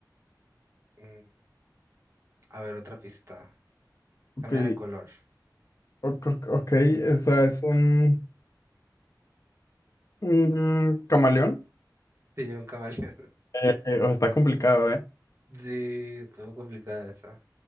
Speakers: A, on the right; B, on the left.
A: Mm, a ver, otra pista.
B: Ok.
A: Cambia de color. <laughs>
B: Ok, ok, ok, o sea, es un... un camaleón.
A: Sí, un camaleón.
B: Eh, eh, o sea, está complicado, ¿eh?
A: <laughs> Sí, estuvo complicada esa.